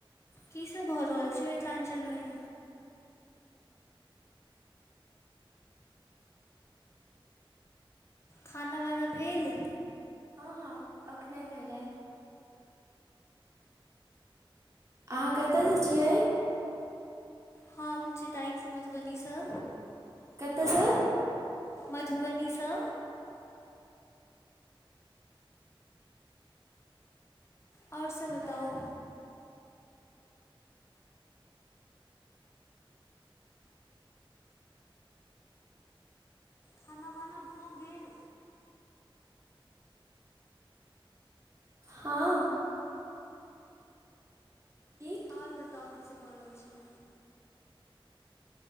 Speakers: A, on the left (about 30°); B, on the right (about 35°).
A: की सभ भऽ रहल छै मिथिलाञ्चलमे। खाना वाना भेल।
B: हँ हँ एखने भेलै। अहाँ कतऽसँ छियै?
A: हम चेताईसँ मधुबनीसँ।
B: कतऽ सं?
A: मधुबनी स। आओर सभ बताउ।
B: हेलो
A: खाना वाना भऽ गेल।
B: हाँ। की
A: आओर बताउ की सब भऽ रहल छै।